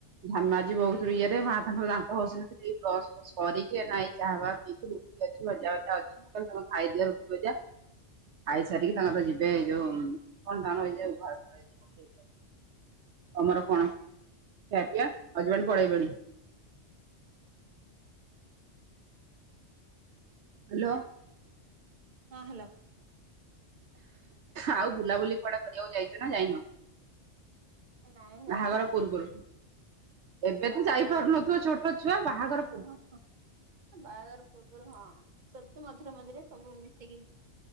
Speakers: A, on the right; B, on the right.
A: ଧାମାଜି ବହୁତ ଇଏରେ, ମା ତାଙ୍କର ଦାନ୍ତ ଘଷୁଚନ୍ତି ଇଏ ବ୍ରସ ସରିକି, ଏଇନା ଏଇ ଇନାଚାହା ଫାହା ପିଇକି ରୁଟି ଅଛି ଭଜା ଭଜା ଅଛି, ମୁଁ କହିଲି ତମେ ଖାଇଦିଅ ରୁଟି ଭଜା। ଖାଇସାରିକି ତାଙ୍କର ଯିବେ ଏଇ ଯୋଉ, କଣ ତାଙ୍କ ଘର ଫର ଯଦି ପକେଇବେ। ତମର କଣ? ଖିଆପିଆ, ହଜବେଣ୍ଟ ପଳେଇବେଣି? ହାଲୋ।
B: ହଁ, ହାଲୋ।
A: ଆଉ ବୁଲାବୁଲି କୁଆଡେ କରିବାକୁ ଯାଇଚ ନା ଯାଇନ?
B: ନାଇଁ ଯାଇନି
A: ବାହାଗର ପର୍ବରୁ। ଏବେ
B: ବାହାଘର
A: ତ ଯାଇପାରୁନଥିବ ଛୋଟ ଛୁଆ ବାହାଘର
B: ହଁ
A: ପୁରୁବରୁ।
B: ହଁ ବାହାଘର ପୂର୍ବରୁ ହଁ। ସେମତି ମଝିରେ ମଝିରେ ସବୁ ମିଶିକି